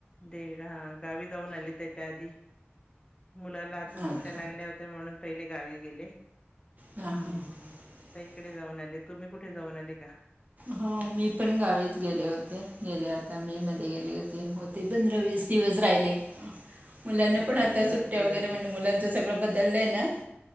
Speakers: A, on the left; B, on the right.
A: देवी हा गावी जाऊन आले त्याच्या आधी <unintelligible> मुलाला आता सुट्ट्या
B: अच्छा
A: लागल्या होत्या म्हणून, पहिले गावी गेले,
B: हा हा <unintelligible>
A: डे जाऊन आले तुम्ही कुठे जाऊन आले का <unintelligible>
B: हो मी पण गावीच गेले होते. गेल्या आता मी मध्ये गेले होते. ते, पंधरा, वीस,
A: अच्छा
B: दिवस राहिले. मुलांना
A: अच्छा
B: पण आता, सुट्ट्या,
A: भरपूर
B: वगैरे,
A: झाले
B: म्हण मुलांच सगळं बदललंय ना,